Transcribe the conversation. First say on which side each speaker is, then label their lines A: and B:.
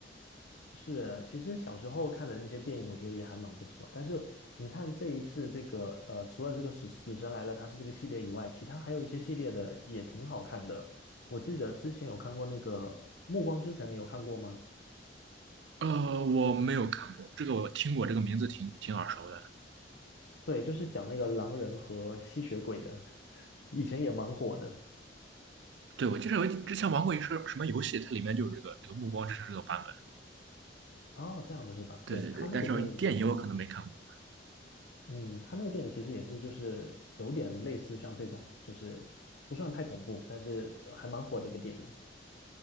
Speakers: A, on the left (about 75°); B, on the right (about 70°).
A: 是，其实小时候看的那些电影，我觉得也还蛮不错。但是你看这一次这个呃，除了这个死死神来了，它是这个系列以外，其他还有一些系列的也挺好看的。我记得之前有看过那个《暮光之城》，你有看过吗？
B: <laughs> 呃，我没有看过，这个我听过，这个名字挺挺耳熟的。
A: 对，就是讲那个狼人和吸血鬼的，<laughs> 以前也蛮火的。
B: 对，我记得我之前玩过一个什么游戏，它里面就是这个这个《暮光之城》这个版本。
A: 哦，这样子是吧？
B: 对对对，
A: 对，他那个电影其实，
B: 但是电影我可能没看过。
A: 嗯，他那个电影其实也是就是有点类似像这种，就是不算太恐怖，但是还蛮火的一个电影。